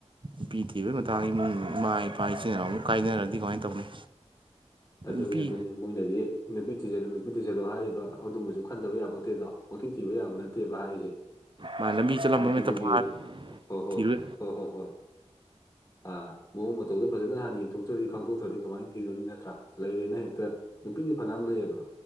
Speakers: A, on the right; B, on the left.
A: ꯏꯄꯤ ꯊꯤꯕꯒꯤ ꯃꯇꯥꯡ ꯏꯃꯨꯡ ꯏꯃꯥ ꯏꯄꯥ ꯏꯆꯤꯟ ꯏꯅꯥꯎ ꯑꯃꯨꯛ ꯀꯥꯏꯅꯔꯗꯤ ꯀꯃꯥꯏꯅ ꯇꯧꯅꯤ
B: ꯑꯗꯨꯅꯤ
A: ꯅꯨꯄꯤ
B: ꯑꯗꯨꯅꯤ ꯃꯣꯏꯅꯗꯤ ꯅꯨꯄꯤ ꯊꯤꯖꯠꯂꯣ ꯅꯨꯄꯤ ꯊꯤꯖꯠꯂꯣ ꯍꯥꯏꯔꯤꯕ ꯑꯗꯨꯝꯕꯁꯨ ꯈꯟꯗꯕ ꯌꯥꯕꯣꯠꯇꯦꯗꯣ ꯄꯨꯣꯊꯤ ꯊꯤꯕ ꯌꯥꯕ ꯅꯠꯇꯦꯕ ꯍꯥꯏꯔꯤꯁꯦ
A: ꯃꯥꯅ ꯕꯆ ꯂꯝꯕ
B: ꯅꯨꯄꯤꯗꯨꯒꯤ
A: ꯃꯠꯇ ꯐꯥ
B: ꯍꯣ ꯍꯣ
A: ꯊꯤꯔ꯭ꯔ
B: ꯍꯣ ꯍꯣ ꯍꯣꯏ ꯑꯥ ꯃꯃ ꯊꯗ ꯐꯖꯅ ꯍꯥꯟꯅ ꯌꯦꯡꯊꯣꯛꯇ꯭ꯔꯗꯤ ꯈꯪꯗꯣꯛꯇ꯭ꯔꯗꯤ ꯀꯃꯥꯏꯅ ꯊꯤꯔꯨꯅꯤ ꯅꯠꯇ꯭ꯔꯥ ꯂꯩꯔꯦꯅ ꯍꯦꯛꯇ ꯑꯄꯤꯒꯤ ꯐꯅ ꯑꯃ ꯂꯩꯌꯦꯕ